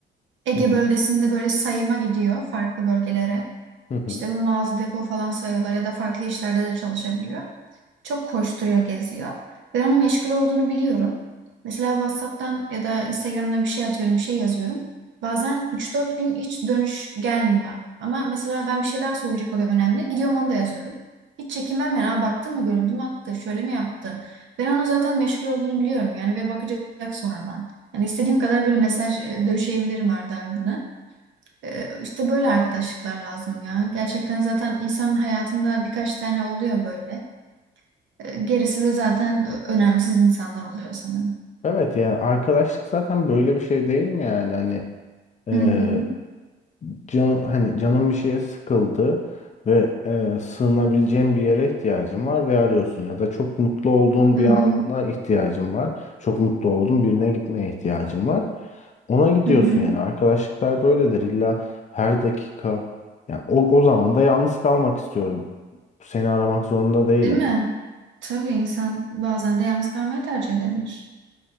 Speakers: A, on the right; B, on the left.
A: Ege
B: hı hı,
A: bölgesinde böyle sayıma gidiyor farklı bölgelere.
B: hı hı.
A: İşte bu mağaza depo falan sayıyorlar ya da farklı işlerde de çalışabiliyor. Çok koşturuyor, geziyor. Ben onun meşgul olduğunu biliyorum. Mesela WhatsApp'tan ya da Instagram'dan bir şey atıyorum, bir şey yazıyorum. Bazen üç dört gün hiç dönüş gelmiyor. Ama mesela ben bir şey daha söyleyecek oluyor önemli. Gidiyorum onu da yazıyorum. Hiç çekinmem yani. Aa, baktı mı görüldü mü attı, şöyle mi yaptı? Ben onun zaten meşgul olduğunu biliyorum yani ve bakacak sonradan. Yani istediğim kadar böyle mesaj e, döşeyebilirim ardı ardına. Ee, İşte böyle arkadaşlıklar lazım ya. Gerçekten zaten insan hayatında birkaç tane oluyor böyle. Ee, Gerisi de zaten ö- önemsiz insanlar oluyor sanırım.
B: Evet yani arkadaşlık zaten böyle bir şey değil mi yani hani e,
A: Hı hı.
B: can hani canım bir şeye sıkıldı ve e, sığınabileceğim bir yere ihtiyacım var ve arıyorsun ya da çok mutlu olduğum
A: Hı
B: bir
A: hı.
B: ana ihtiyacım var çok mutlu olduğum birine gitmeye ihtiyacım var ona gidiyorsun
A: Hı hı.
B: yani arkadaşlıklar böyledir illa her dakika yani o, o zaman da yalnız kalmak istiyorum seni aramak zorunda değilim.
A: Değil mi? Tabii insan bazen de yalnız kalmayı tercih edebilir.